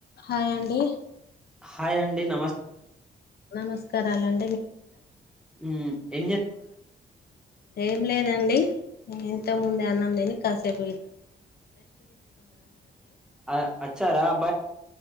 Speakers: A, on the left; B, in the centre.
A: Hi అండి
B: హాయండి నమస్కారం
A: నమస్కారాలండి మీకు కూడాూ
B: ఎంచేస్తున్నారాండి
A: అదండి ఇంత ముందే అన్నం తిని కాసేపు ఇట్ల
B: అ అచ్చారా అబ్బాయిలు